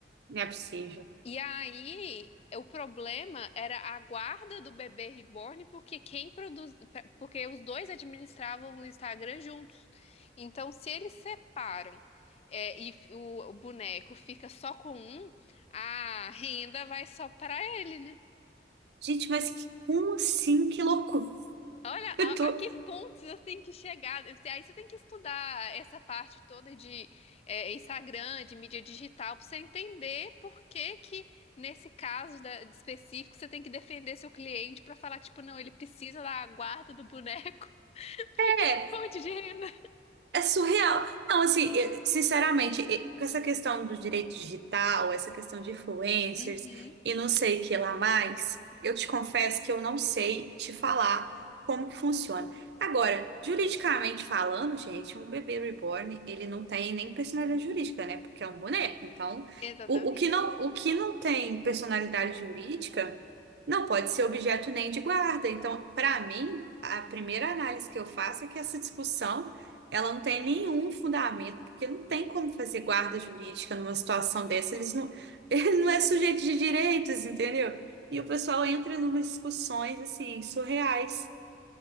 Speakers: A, on the right; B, on the left.
A: não é possível.
B: E aí, o problema era a guarda do bebê reborn, porque quem produz, porque os dois administravam o Instagram juntos. Então, se eles separam, é, e f- o o boneco fica só com um, a renda vai só para ele, né?
A: Gente, mas que- como assim? Que loucura. <laughs>
B: Olha, a,
A: Eu tô-
B: a que ponto você tem que chegar? Aí você tem que estudar essa parte toda de é, Instagram, de mídia digital, para você entender por que que, nesse caso da- de específico, você tem que defender seu cliente para falar, tipo, não, ele precisa da guarda do boneco, <laughs> porque
A: é,
B: é fonte de renda.
A: É surreal. Não, assim, eu- sinceramente, e- com essa questão do direito digital, essa questão de influencers
B: Uhum,
A: e não sei o que lá mais, eu te confesso que eu não sei te falar como que funciona. Agora, juridicamente falando, gente, um bebê reborn, ele não tem nem personalidade jurídica, né? Porque é um boneco. Então,
B: exatamente.
A: o, o que não, o que não tem personalidade jurídica não pode ser objeto nem de guarda. Então, para mim, a primeira análise que eu faço é que essa discussão ela não tem nenhum fundamento, porque não tem como fazer guarda jurídica numa situação dessa. Eles não, <laughs> ele não é sujeito de direitos, entendeu? E o pessoal entra numas discussões assim, surreais.